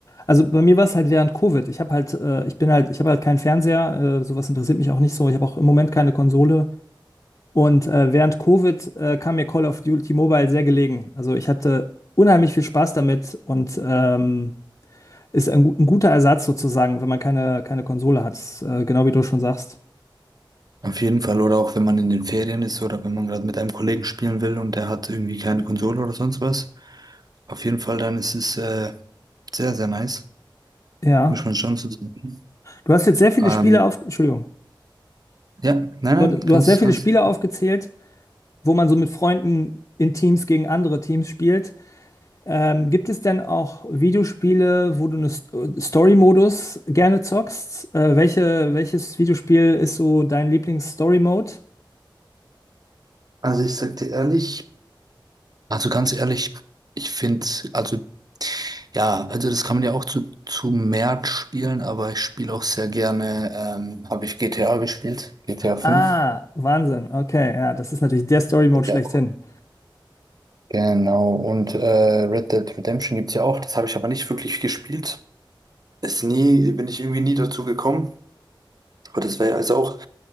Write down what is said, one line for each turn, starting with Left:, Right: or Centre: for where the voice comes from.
Left: Also bei mir war es halt während Covid. Ich habe halt, äh, ich bin halt, ich habe halt keinen Fernseher, äh, sowas interessiert mich auch nicht so. Ich habe auch im Moment keine Konsole. Und äh, während Covid äh, kam mir Call of Duty Mobile sehr gelegen. Also ich hatte unheimlich viel Spaß damit und ähm, ist ein, gut- ein guter Ersatz sozusagen, wenn man keine, keine Konsole hat. Äh, genau wie du schon sagst.
Right: Auf jeden Fall, oder auch wenn man in den Ferien ist oder wenn man gerade mit einem Kollegen spielen will und der hat irgendwie keine Konsole oder sonst was. Auf jeden Fall, dann ist es äh, sehr, sehr nice.
Left: Ja.
Right: Muss man schon so sagen.
Left: Du hast jetzt sehr viele
Right: Ähm,
Left: Spiele auf, Entschuldigung.
Right: ja, nein, nein,
Left: Du hatt-
Right: ganz,
Left: du hast sehr viele
Right: ganz.
Left: Spiele aufgezählt, wo man so mit Freunden in Teams gegen andere Teams spielt. Ähm, gibt es denn auch Videospiele, wo du einen Story-Modus gerne zockst? Äh, welche, welches Videospiel ist so dein Lieblings-Story-Mode?
Right: Also ich sag dir ehrlich, also ganz ehrlich, ich finde, also ja, also das kann man ja auch zu, zu mehr spielen, aber ich spiele auch sehr gerne, ähm, habe ich GTA gespielt, GTA 5.
Left: Ah, Wahnsinn. Okay, ja, das ist natürlich der Story-Mode schlechthin.
Right: Ja. Genau, und äh, Red Dead Redemption gibt's ja auch, das habe ich aber nicht wirklich gespielt. Ist nie, bin ich irgendwie nie dazu gekommen. Aber das wäre also auch